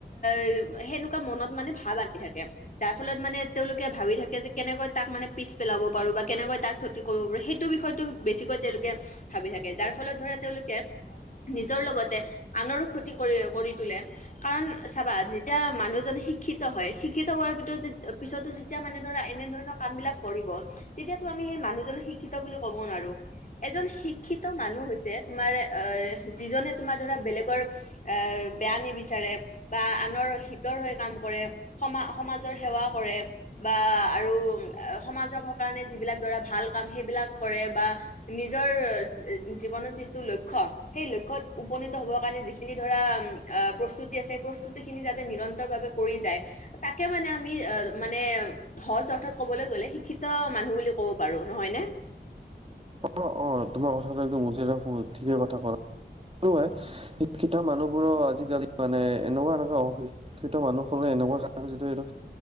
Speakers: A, on the left; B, on the right.
A: এই সেনেকোৱা মনত মানে ভাৱ আনি থাকে যাৰ ফলত মানে তেওঁলোকে ভাবি থাকে যে কেনেকৈ তাক মানে পিছ পেলাব পাৰো বা কেনেকৈ তাক ক্ষতি কৰিব পাৰে সেইটো বিষয়তো বেছিকৈ তেওঁলোকে ভাবি থাকে যাৰ ফলত ধৰা তেওঁলোকে নিজৰ লগতে আনৰো ক্ষতি কৰি কৰি তোলে কাৰণ চাবা যেতিয়া মানুহজন শিক্ষিত হয় শিক্ষিত হোৱাৰ ভিতত য পিছতো য যেতিয়া মানে ধৰা এনে ধৰণৰ কামবিলাক কৰিব তেতিয়াতো আমি সেই মানুহজনক শিক্ষিত বুলি ক'বও নোৱাৰো এজন শিক্ষিত মানুহ হৈছে তোমাৰ এ যিজনে তোমাৰ ধৰা বেলেগৰ এ বেয়া নিবিচাৰে বা আনৰ হিতৰ হৈ কাম কৰে সমা সমাজৰ সেৱা কৰে। বা আৰু সমাজৰ কাৰণে যিবিলাক ধৰা ভাল কাম সেইবিলাক কৰে বা নিজৰ জীৱনত যিটো লক্ষ্য সেই লক্ষ্যত উপনীত হব কাৰণে যিখিনি ধৰা প্ৰস্তুতি আছে সেই প্ৰস্তুতি খিনি যাতে নিৰন্তৰ ভাৱে কৰি যায় তাকে মানে আমি মানে সহজ অৰ্থ কবলৈ গলে শিক্ষিত মানুহ বুলি কব পাৰো নহয় নে?
B: অ', অ', তোমাৰ কথাটো একদ উচিত দেখোন ঠিকে কথা কলা লোৱা <unintelligible> শিক্ষা মানুহবোৰৰ আজিকালি মানে এনেকুৱা এনেকুৱা অ শিক্ষিত মানুহ হলে এনেকুৱা কাৰণ যিটো এইটো